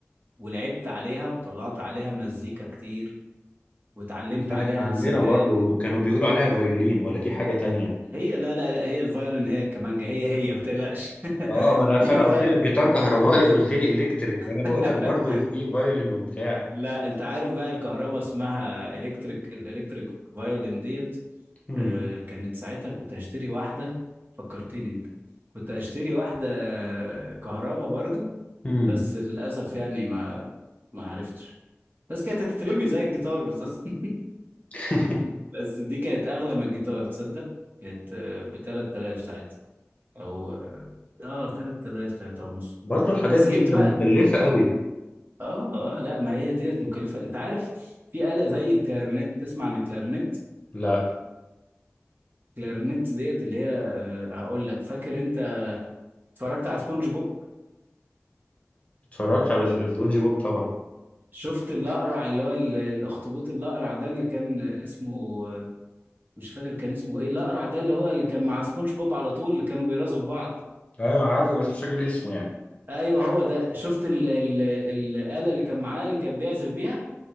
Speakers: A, on the right; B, on the left.
A: ولعبت عليها وطلعت عليها مزيكا كتير واتعلمت
B: كانت
A: عليها
B: عندنا
A: السلال
B: برضو كانوا بيقولوا عليها فيولين ولا دي حاجة تانية
A: هي لا لا لا هي الفيولين هي الكمانجة هي هي ما تقلقش
B: اه
A: <laughs>
B: ما انا
A: دي
B: أصل
A: ما
B: انا
A: فرق
B: قلت لك جيتار كهربائي قلت لي الكتريك فانا
A: <laughs>
B: بقول لك برضو في فيولين وبتاع
A: لا انت عارف بقى الكهرباء اسمها الكتريك الالكتريك فايولين ديت
B: امم
A: آه، كانت ساعتها كنت هشتري واحدة فكرتني انت كنت هشتري واحدة كهرباء برضو
B: امم
A: بس للأسف يعني ما ما عرفتش بس كانت هتترمي زي الجيتار بالظبط <laughs>
B: <laughs>
A: بس دي كانت أغلى من الجيتار تصدق كانت ب 3000 ساعتها أو اه 3000 3 ونص
B: برضو الحاجات
A: بس
B: دي
A: جبت
B: ايه ده
A: بقى
B: مكلفة قوي
A: اه اه لا ما هي ديت مكلفه انت عارف في آلة زي الكلارينيت تسمع عن الكلارينيت
B: لا
A: الكلارينيت ديت اللي هي آه، هقول لك فاكر انت اتفرجت على سبونج بوب
B: اتفرجت على ج- سبونج بوب طبعا
A: شفت الاقرع اللي هو ال- الاخطبوط الاقرع ده اللي كان اسمه آه، مش فاكر كان اسمه ايه الاقرع ده اللي هو اللي كان مع سبونج بوب على طول اللي كانوا بيرازوا في بعض
B: ايوه عارفه بس مش فاكر اسمه يعني
A: ايوه هو ده شفت ال ال الآلة اللي كان معاه اللي كان بيعزف بيها